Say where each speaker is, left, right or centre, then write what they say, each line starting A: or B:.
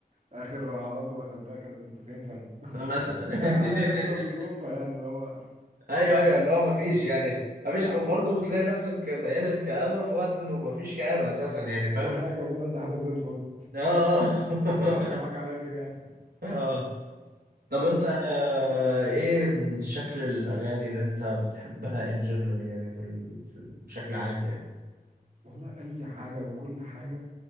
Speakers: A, on the right; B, on the right.
A: اخر علاقه دخلتها كانت من 90 سنه
B: مثلا <laughs>
A: اي عادي هي بتبقى بظروفها يعني اللي هو
B: ايوه ايوه
A: طالبه
B: اللي هو ما فيش يعني ما فيش وبرضه بتلاقي نفسك ميال للكآبه في وقت انه ما فيش كآبه اساسا يعني فاهم
A: في حاجه
B: الفكرة؟
A: والله ده انت حياتك زي الفل
B: اه
A: ده انت ضحكه معاك على خير يعني
B: <laughs> اه
A: <laughs>
B: طب
A: فهي
B: انت
A: فعلا بتبقى
B: آه،
A: بظروف
B: ايه شكل الاغاني اللي انت بتحبها ان جنرال يعني في ال- في- بشكل عام يعني
A: والله اي حاجه وكل حاجه